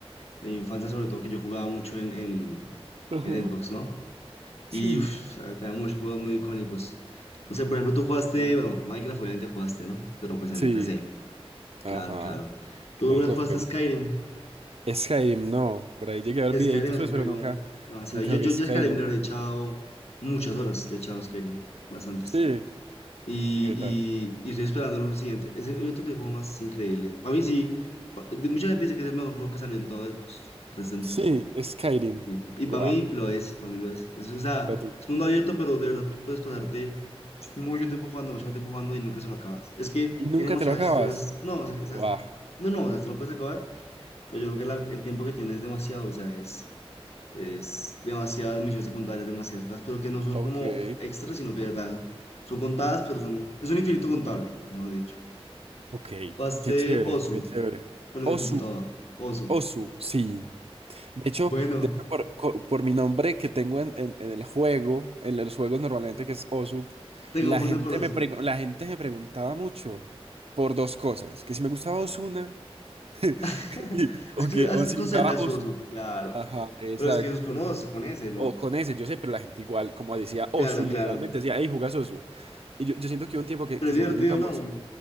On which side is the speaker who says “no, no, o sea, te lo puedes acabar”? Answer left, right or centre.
Left